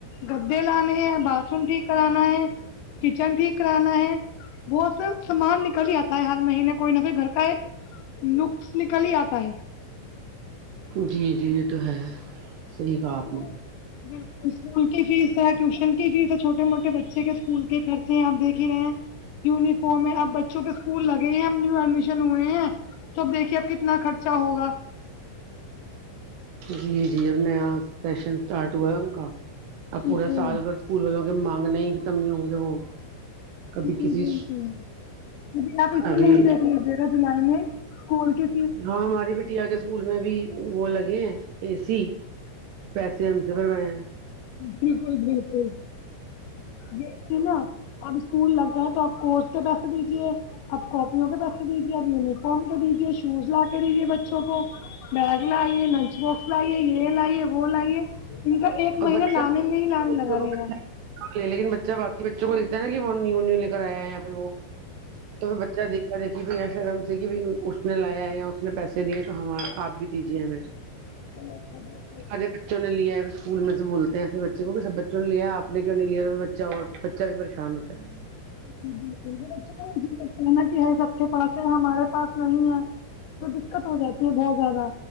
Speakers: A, on the left (about 75°); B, on the right (about 70°).
A: گدے لانے ہیں باتھ روم ٹھیک کرانا ہے کچن ٹھیک کرانا ہے بہت سے سامان نکل ہی آتا حال مہینے کوئی نہ کوئی گھر کا ایک نکس نکل ہی آتا ہے
B: جی جی یہ تو ہے صحیح کہا
A: اسکول
B: آپ نے
A: بالکل اسکول کی فیس ہے ٹیوشن کی فیس ہے چھوٹے موٹے بچے کے اسکول کے خرچے ہیں آپ دیکھ ہی رہے ہیں یونیفارم ہے اب بچوں کے اسکول لگے ہیں ہم نیو ایڈمیشن ہوئے ہیں تو اب دیکھیے اب کتنا خرچہ ہوگا
B: جی جی نیا سیشن اسٹارٹ ہوا ان کا ا
A: بالکل
B: پورا سال بھر اسکول والوں کی مانگ نہیں ختم نہیں ہوں گے وہ کبھی
A: جی
B: کسی
A: جی جی جی آپ اسی
B: ابھی
A: مہینے دیکھ لیجیے گا جولائی میں اسکول کے
B: ہاں ہماری بٹیا کے اسکول میں بھی وہ لگے ہیں اے سی پیسے ہم سے بھروائے ہیں
A: بالکل بالکل دیکھتے نا اب اسکول لگ گئے تو آپ کورس کے پیسے دیجیے اب کاپیوں کے پیسے دیجیے اب یونیفارم کے دیجیے شوز لا کے دیجیے بچوں کو بیگ لائیے لنچ باکس لائیے یہ لائیے وہ لائیے ان کا ایک
B: اور
A: مہینہ
B: بچہ
A: لانے
B: بچوں
A: میں ہی لانے لگا رہے
B: کو
A: گا
B: لے لیکن بچے باقی بچوں کو دیکھتے ہے کہ وہ نیو نیو لے کر آے ہے یا پھر وہ تو پھر بچہ دیکھا دیکھ بھیا شرم سے کہ بھائی اس نے لایا ہے یا اس نے پیسے دیے تو ہم آپ بھی دیجیے ہمیں
A: <inaudible>
B: سارے بچوں نے لیا اسکول میں سے بولتے ہے ایسے بچے کو کہ سب بچوں نے لیا آ نے کیوں نہیں لیا تو بچہ اور بچہ بھی پریشان ہوتا ہے
A: بالکل بالکل <unintelligible> کہتے ہے نہ سب کے پاس ہے ہمارے پاس نہیں ہے تو دقت ہو جاتی ہے بہت زیادہ